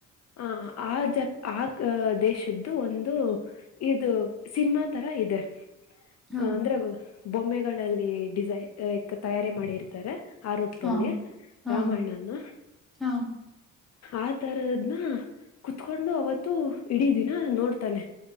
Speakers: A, on the left; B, in the centre.
A: ಆ ಆ ಜ ಆ ದೇಶದ್ದು ಒಂದು ತ ಇದು ಸಿನಿಮಾ ತರ ಇದೆ
B: ಹಾ
A: ಹ ಅಂದ್ರಗೋ ಬೊಮ್ಮೆಗಳಲ್ಲಿ ಡಿಸೈ ತಯಾರಿ ಮಾಡಿರ್ತಾರೆ ಆ ರೂಪದಲ್ಲಿ
B: ಹಾ ಹಾ
A: ರಾಮಾಯಣನ
B: ಹಾ
A: ಆ ತರದನ ಕುತ್ಕೊಂಡು ಅವತ್ತು ಇಡೀ ದಿನ ನೋಡ್ತಾನೆ